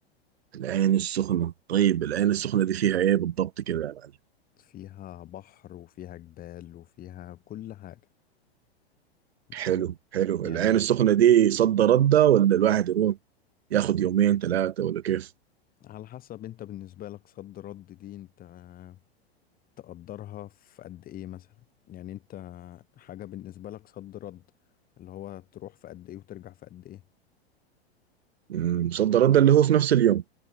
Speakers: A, on the right; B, on the left.
A: العين السخنه طيب العين السخنه دي فيها ايه بالضبط كده يا معلم؟
B: فيها بحر وفيها جبال وفيها كل حاجة بس
A: حلو حلو
B: يعني
A: العين السخنه دي صد رده ولا الواحد يروح ياخد يومين ثلاثه ولا كيف؟
B: على حسب انت بالنسبة لك صد رد دي انت آه، تقدرها في قد ايه مثلا يعني انت حاجة بالنسبة لك صد رد اللي هو تروح في قد ايه وترجع في قد ايه
A: مم، صد رده اللي هو في نفس اليوم